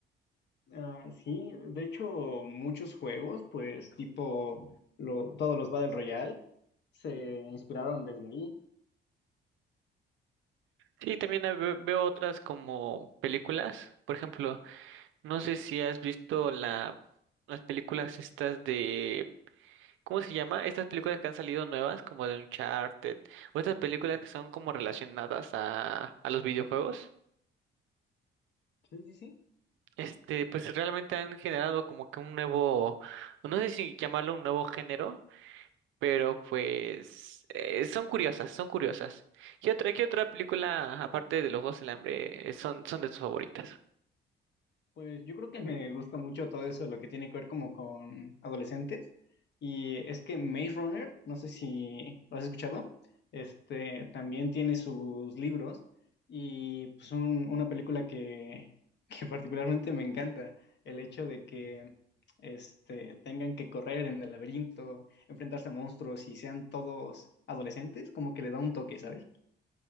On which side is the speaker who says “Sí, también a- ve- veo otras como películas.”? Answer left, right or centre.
Right